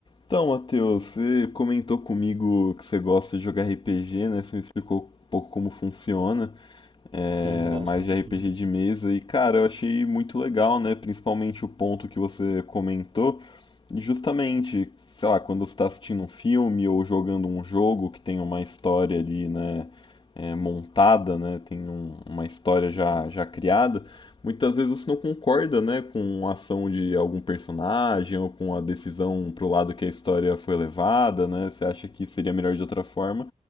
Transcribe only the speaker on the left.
Então, Matheus, você comentou comigo que você gosta de jogar RPG, né? Você me explicou um pouco como funciona, é,
mais de RPG
de mesa. E, cara, eu achei muito legal, né? Principalmente o ponto que você comentou. E justamente, sei lá, quando você está assistindo um filme ou jogando um jogo que tem uma história ali, né, é, montada, né, tem um- uma história já, já criada, muitas vezes você não concorda, né, com a ação de algum personagem ou com a decisão pro lado que a história foi levada, né, você acha que seria melhor de outra forma.